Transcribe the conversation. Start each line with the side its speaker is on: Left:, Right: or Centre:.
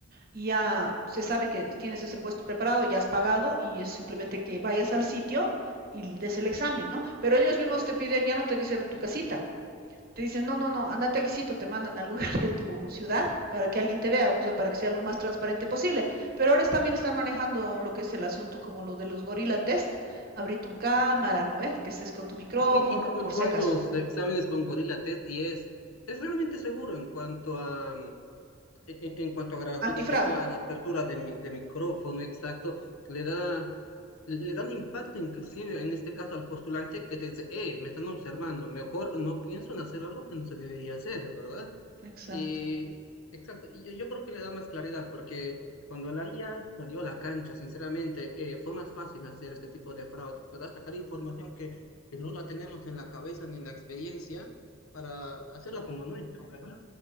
Right: ya se sabe que tienes ese puesto preparado, ya has pagado y es simplemente que vayas al sitio y des el examen, ¿no? Pero ellos mismos te piden, ya no te dicen en tu casita, te dicen, no, no, no, andate aquí, sí, te mandan al lugar de tu ciudad para que alguien te vea, o sea, para que sea lo más transparente posible. Pero ahora también están manejando lo que es el asunto como lo de los gorila test, abrir tu cámara, ¿no ves? Que estés con tu micrófono,
Left: Sí, hice
Right: por
Left: unos cuantos
Right: si acaso.
Left: exámenes con Gorilla Test y es, es realmente seguro en cuanto a en, en cuanto a grabación
Right: Antifraude.
Left: de teclado, apertura de, mi- de micrófono, exacto, le da, le dan impacto inclusive en este caso al postulante que te dice, eh, me están observando, mejor no pienso en hacer algo que no se debería hacer, ¿verdad?
Right: Exacto,
Left: Y exacto, y yo, yo creo que le da más claridad porque cuando la IA salió a la cancha, sinceramente, eh, fue más fácil hacer este tipo de fraudes, ¿verdad? Sacar información que, que no la tenemos en la cabeza ni en la experiencia para hacerla como nuestra, ¿verdad?